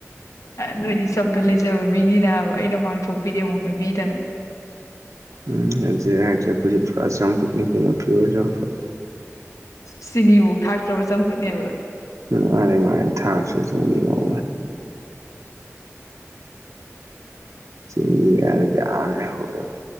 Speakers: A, on the left; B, on the right.
A: ꯅꫭꯏꯅꯤ ꯆꯝꯅ ꯂꯩꯖꯕ ꯃꯤꯅꯦ ꯑꯩꯅ ꯃꯥꯡꯊꯣꯛꯄꯤꯔꯦ ꯑꯃꯨꯛ ꯍꯥꯏꯕꯤꯗꯅ
B: ꯎꯝ ꯑꯗꯨꯏ ꯍꯥꯏꯔꯗꯤ ꯑꯩꯈꫭꯏꯗꯤ ꯄꯨꯔ ꯆꯝꯐꯨꯠꯅꯤ ꯀꯩꯅꯣ ꯄꯤꯌꯣꯔ ꯆꯝꯐꯨꯠ
A: ꯆꯤꯅꯤꯕꯨꯛ ꯊꯥꯛꯇ꯭ꯔꯕ ꯆꯝꯐꯨꯠꯅꯦꯕ
B: <unintelligible> ꯆꯦꯡꯢ ꯒꯗꯨꯗꯤ ꯑꯥ ꯂꯩꯍꯧꯔꯕꯅꯦ